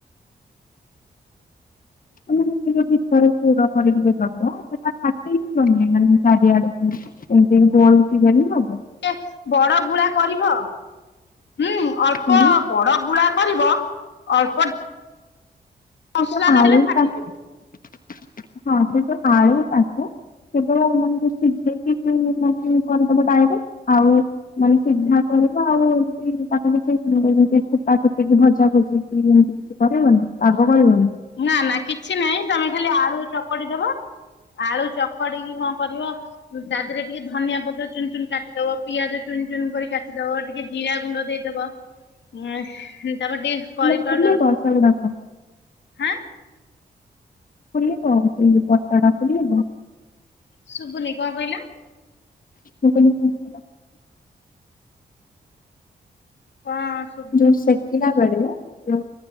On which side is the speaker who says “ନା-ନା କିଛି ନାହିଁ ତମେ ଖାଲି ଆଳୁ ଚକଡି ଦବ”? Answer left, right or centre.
Left